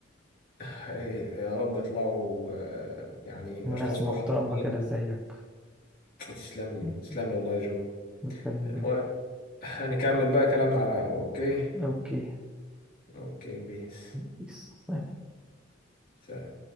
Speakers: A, on the left; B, in the centre.
A: <laughs> إيه، يا رب يطلعوا آه، يعني
B: الناس
A: اشخاص
B: محترمة
A: محترمين
B: كده زيك
A: تسلم لي
B: مم.
A: تسلم لي والله يا جو
B: بتكلم
A: المهم
B: جد
A: هنكمل بقى كلامنا على القهوة اوكي
B: أوكي
A: اوكي بيس
B: بيس
A: سلام.